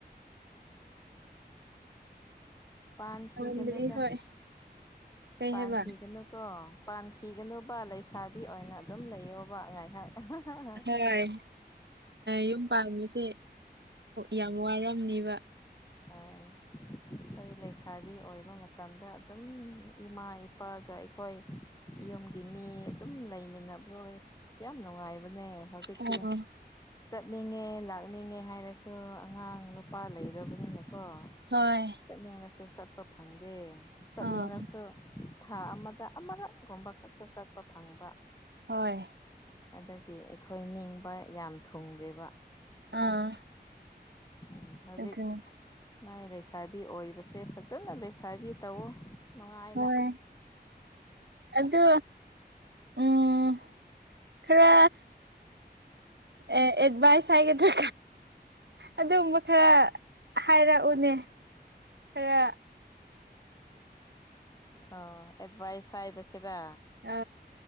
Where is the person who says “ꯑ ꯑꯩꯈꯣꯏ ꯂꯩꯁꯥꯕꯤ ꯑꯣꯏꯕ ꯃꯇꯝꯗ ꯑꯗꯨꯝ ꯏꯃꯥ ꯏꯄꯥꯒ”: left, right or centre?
Left